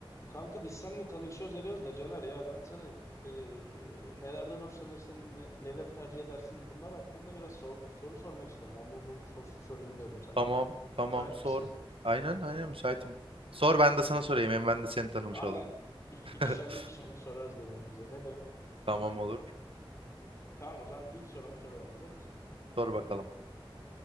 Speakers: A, on the left; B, on the right.
A: Kanka biz seninle tanışıyoruz ediyoruz da Caner ya ben sana eee, nelerden hoşlanırsın, ne- neleri tercih edersin bunlar hakkında biraz sor- soru sormak istiyorum. O bu bunun sorusu sorayım diyorum sana.
B: Tamam, tamam
A: Müsait
B: sor.
A: misin?
B: Aynen, aynen müsaitim. Sor ben de sana sorayım. Hem ben de seni tanımış
A: Aynen.
B: olurum.
A: İk,
B: <laughs>
A: ikişerli ikişerli sorarız birbirimize. Ne diyorsun?
B: Tamam olur.
A: Tamam o zaman ilk sorumu soruyorum. Hazır mısın?
B: Sor bakalım.